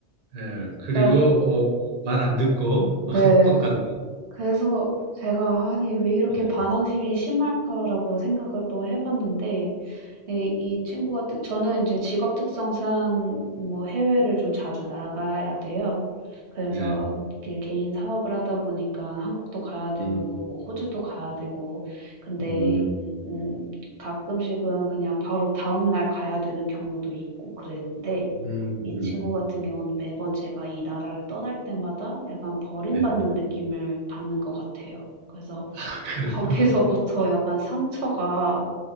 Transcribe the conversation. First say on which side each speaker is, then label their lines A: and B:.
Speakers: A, on the right; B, on the right.
A: 예 그리고
B: 그러니까
A: 어, 말안 듣고
B: 네.
A: <laughs> 똑같네
B: 그래서 제가 '아니 왜 이렇게
A: 예,
B: 반항심이 심할까?'라고 생각을 또 해 봤는데 예. 이 친구 같은 저는 인제 직업 특성상 뭐 해외를 좀 자주 나가야 돼요. 그래서
A: 예.
B: 이게 개인 사업을 하다 보니까 한국도 가야 되고
A: 음,
B: 뭐 호주도 가야 되고 근데
A: 음,
B: 음 가끔씩은 그냥 바로 다음 날 가야 되는 경우도 있고 그랬는데
A: 음, 음,
B: 이 친구 같은 경우는 매번 제가 이 나라를 떠날 때마다 약간 버림받는
A: 예.
B: 느낌을 받는 것 같아요. 그래서
A: <laughs>
B: 거기서부터
A: 아,
B: 약간 상처가